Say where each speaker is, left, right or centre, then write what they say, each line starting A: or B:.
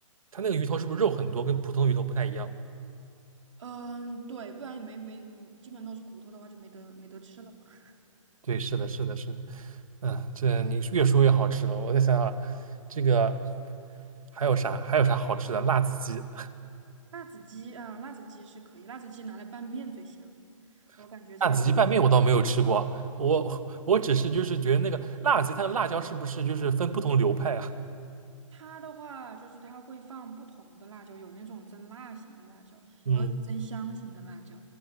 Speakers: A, on the right; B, on the right.
A: 它那个鱼头是不是肉很多，跟普通鱼头不太一样？
B: 嗯，对，不然也没没，嗯基本都是骨头的话就没得没得吃了嘛
A: 对，是的，是的，是的。嗯，这你越说越好吃了。我再想想，这个还有啥？还有啥好吃的？辣子鸡，
B: 辣子鸡啊，辣子鸡是可以，辣子鸡拿来拌面最香。我感觉这个
A: <laughs> 辣子鸡拌面我倒没有吃过。我我只是就是觉得那个辣子鸡，它的辣椒是不是就是分不同流派啊？
B: 它的话，就是它会放不同的辣椒，有那种增辣型的辣椒，
A: 嗯，
B: 然后有增香型的辣椒，